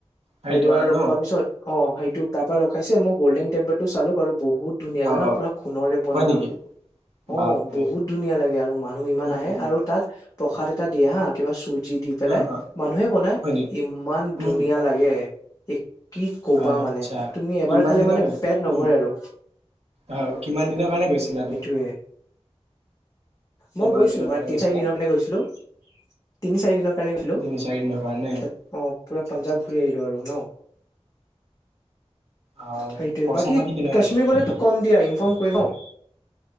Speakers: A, on the right (about 65°); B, on the left (about 30°).
A: হাৰিদ্বাৰ
B: হৰিদোৱাৰ ৰখোৱাৰ
A: ন
B: পিছত অ সেইটো তাৰ পৰা ৰখাইছে মই গ'ল্ডেন টেম্পল টো চালো আৰু বহুত বহুত ধুনীয়া
A: অ
B: জানা
A: অ
B: পুৰা খোণৰৰে বনা।
A: হয় নেকি
B: অ
A: বাপৰে
B: বহুত ধুনীয়া লাগে আৰু মানুহ ইমান
A: উম
B: আহে
A: হুম হুম
B: আৰু তাত প্ৰসাদ এটা দিয়ে হা কিবা চুই যি দি পেলাই
A: হা হা
B: মানুহে বনাই
A: হয় নেকি
B: ইমান ধুনীয়া
A: উম
B: লাগে। কি কবা
A: হয়
B: মানে
A: আচ্ছা
B: তুমি এবাৰ
A: কিমান
B: খালে
A: দিনৰ
B: মানে
A: কাৰণে
B: পেট নভৰে
A: উম
B: আৰু
A: আৰু কিমান দিনৰ কাৰণে গৈছিলা তুমি
B: এইটোৱে।
A: কিমান
B: মই গৈছিলো
A: দিনৰ কাৰণে
B: <unintelligible> তিনি
A: গৈছিলা
B: চাৰি দিনৰ কাৰণনে গৈছিলো তিনি চাৰি দিন কাৰণে গৈছিলো
A: তিনি চাৰি দিনৰ কাৰণে
B: ত অ পুৰা
A: আচ্ছা
B: পাঞ্জাৱ
A: আচ্ছা আচ্ছা
B: ঘূৰি আহিলো আৰু ন
A: আৰু
B: সেইটোৱে
A: খৰচা
B: বাকী
A: পাতি কেনেকুৱা
B: কাশ্মীৰ
A: গ'ল
B: গ'লেতো কম দিয়া ইনফৰ্ম কৰিম ন?